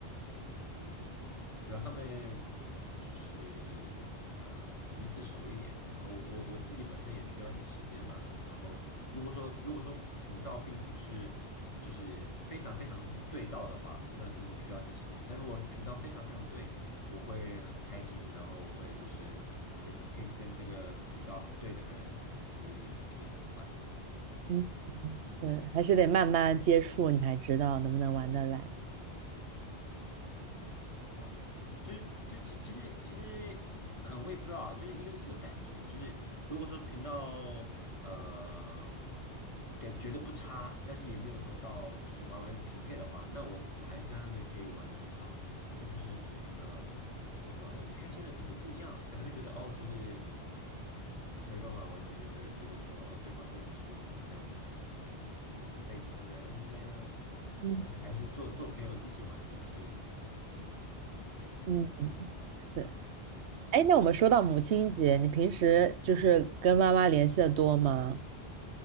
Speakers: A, on the left; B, on the right.
A: 嗯。主要他们就是呃彼此熟一点，然后我我自己本身也需要一点时间嘛，然后如果说如果说频道并不是就是非常非常对到的话，那就是需要点时间。但如果频道非常非常对，我会很开心，然后我会就是非常可以跟这个频道好对的人可以可以很快。
B: 嗯
A: 对。
B: 嗯，还是得慢慢接触，你才知道能不能玩得来。
A: 嗯，玩吧，就是就其其实其实，啊、呃我也不知道啊，就是一个一个感觉，就是如果说频道呃感觉得不差，但是也没有说到就是完完匹配的话，那我我还是跟他们可以玩的很好，但就是呃，我也不知道那个开心的程度不一样，可能会觉得哦，就是没办法完全的觉得说哦，对方跟我是同样的呃类型的人之类的，
B: 嗯
A: 但是还是做做朋友一起玩还是可以的啦，对。
B: 嗯，是，哎，那我们说到母亲节，你平时就是跟妈妈联系的多吗？